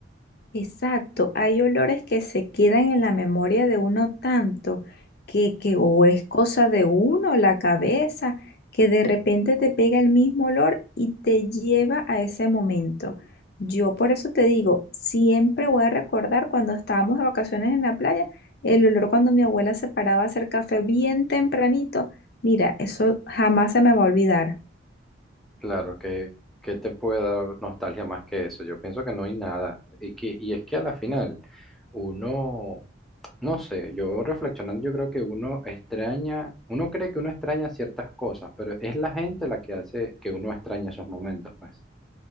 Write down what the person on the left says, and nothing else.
Exacto, hay olores que se quedan en la memoria de uno tanto que, que o es cosa de uno, la cabeza, que de repente te pega el mismo olor y te lleva a ese momento. Yo por eso te digo, siempre voy a recordar cuando estábamos de vacaciones en la playa, el olor cuando mi abuela se paraba a hacer café bien tempranito. Mira, eso jamás se me va a olvidar.